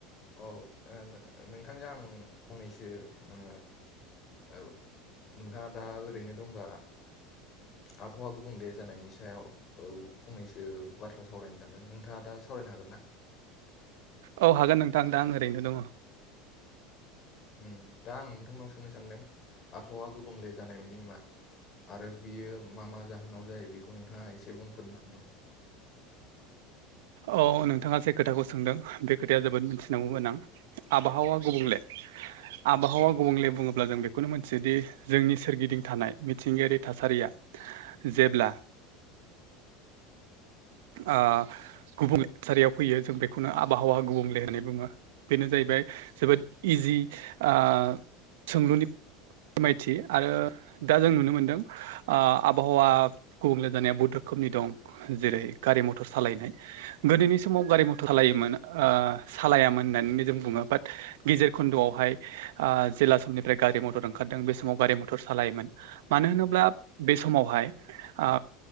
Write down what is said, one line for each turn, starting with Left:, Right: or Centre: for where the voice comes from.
Left: औ ओ नोंथांजों आं फंनैसो ओ औ। नोंथाङा दा ओरैनो दंबा आबहावा गुबुंले जानायनि सायाव औ फंनैसो बाथ्रा सावरायनो सानदों नोंथाङा दा सावरायनो हागोन ना?
Right: औ हागोन नोंथां दा आं ओरैनो दङ।
Left: उम दा आं नोंथांनाव सोंनो सानदों आबहावा गुबुंले जानाय मानि मा? आरो बियो मा मा जाहोनाव जायो बेखौ नोंथाङा एसे बुंफोरनो हागोन नामा?
Right: औ नोंथाङा जे खोथाखौ सोंदों बे खोथाया जोबोद मिथिनांगौ गोनां। आबहावा गुबुंले आबहावा गुबुंले बुङोब्ला जों बेखौनो मोनथियोदि जोंनि सोरगिदिं थानाय मिथिंगायारि थासारिया जेब्ला ओ गुबुंले थासारियाव फैयो जों बेखौनो आबहावा गुबुंले होननानै बुङो। बेनो जाहैबाय जोबोद इजि ओ सोंलुनि फोरमायथि आरो दा जों नुनो मोनदों आबहावा गुबुंले जानाया बहुद रोखोमनि दं जेरै गारि मथर सालायनाय। गोदोनि समाव गारि मथर सालायोमोन ओ सालायामोन होननानै जों बुङो बाट गेजेर खन्द'आवहाय ओ जेला समनिफ्राय गारि मटर ओंखारदों बे समाव गारि मटर सालायोमोन। मानो होनोब्ला बे समावहाय ओ